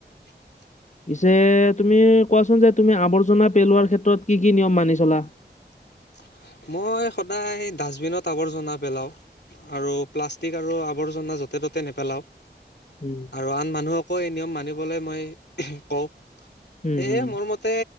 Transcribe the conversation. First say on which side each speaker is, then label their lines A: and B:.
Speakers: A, on the left (about 70°); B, on the left (about 40°).
A: <inaudible>
B: পিছে তুমি কোৱাচোন যে তুমি আৱৰ্জনা পেলোৱাৰ ক্ষেত্ৰত কি কি নিয়ম মানি চলা?
A: <unintelligible> মই সদায় ডাষ্টবিনত আৱৰ্জনা পেলাও আৰু প্লাষ্টিক আৰু আৱৰ্জনা য'তে-ত'তে নেপেলাও
B: উম,
A: আৰু আন মানুহকো এই নিয়ম মানিবলৈ মই কওঁ।
B: উম,
A: সেয়হে
B: উম,
A: মৰ মতে